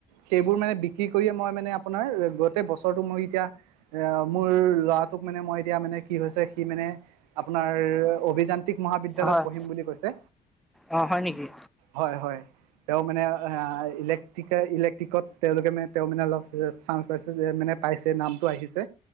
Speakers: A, on the right; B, in the centre.
A: সেইবোৰ মানে বিক্ৰী কৰিয়ে মই মানে আপোনাৰ গোটেই বছৰটো মই এতিয়া এয়া মোৰ ল'ৰাটোক মানে মই এতিয়া মানে কি হৈছে সি মানে আপোনাৰ অভিযান <unintelligible> মহাবিদ্যালয়ত
B: হয়
A: পঢ়িম বুলি কৈছে,
B: অ হয় নেকি
A: হয়, হয়, তেওঁ মানে ইলেক্ট্ৰিকে ইলেক্ট্ৰিকত তেওঁলোকে মানে তেওঁ মানে অলপ চান্স পাইছে যে মানে পাইছে নামটো আহিছে